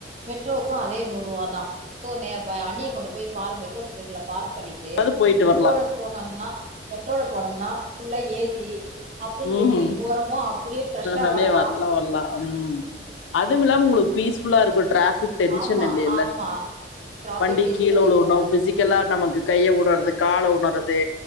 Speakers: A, on the right; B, on the left.
A: மெட்ரோக்கு அதே நூர்ருவாதா சோ நே வ வண்டிய கொண்டு போய் பார்க் மெட்ரோ ஸ்டேஷன்ல பார்க் பண்ணிட் டு
B: அது போயிட்டு
A: மெட்ரோல
B: வரலாம்
A: போனம்னா மெட்ரோல போனம்னா ஃபுல்லா ஏ சி அப்டிய
B: ம்
A: எப்டி போறோமோ அப்டியே ஃப்ரெஷ்ஷா
B: ஆஹானே
A: வரறலா
B: வர்ல வர்லா ம் அதுமில்லாம உங்களுக்கு பீஸ் ஃபுல்லா இருக்கு ட்ராஃபிக் டென்ஷன்
A: ஆமா
B: இல்லைல
A: ஆமா டிராஃபிக்
B: வண்டி
A: டென்ஷன்
B: கீழ உழுவனு
A: இல்ல
B: பிசிக் லா நமக்கு கைய உடுறது கால உணறது